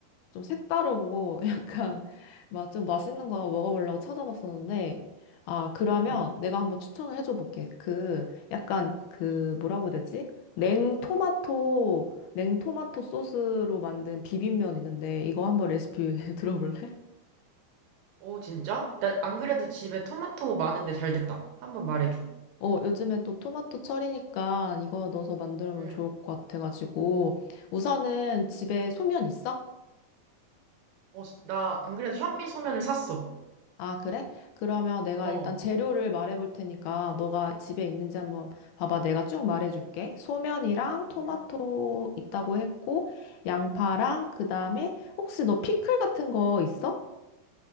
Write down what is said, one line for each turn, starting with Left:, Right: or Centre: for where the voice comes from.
Left: 좀 색다르고 <laughs> 약간 막 좀 맛있는 거 먹어보려고 찾아봤었는데 아, 그러면
Right: 응,
Left: 내가 한번 추천을 해줘 볼게. 그 약간 그
Right: 응.
Left: 뭐라고 해야 되지? 냉토마토 냉토마토 소스로 만든 비빔면 있는데 이거 한번 레시피 <laughs> 들어볼래?
Right: 오, 진짜? 나 안 그래도 집에 토마토 많은데 잘 됐다. 한번 말해줘.
Left: 어, 요즘에 또 토마토 철이니까 이거 넣어서 만들면
Right: 응,
Left: 좋을 것 같아가지고. 우선은
Right: 응.
Left: 집에 소면 있어?
Right: 어, 나 안 그래도 현미 소면을 샀어.
Left: 아, 그래? 그러면 내가
Right: 어,
Left: 일단 재료를 말해볼 테니까 너가 집에 있는지 한번 봐봐. 내가 쭉 말해줄게. 소면이랑 토마토
Right: 응.
Left: 있다고 했고, 양파랑 그다음에 혹시 너 피클 같은 거 있어?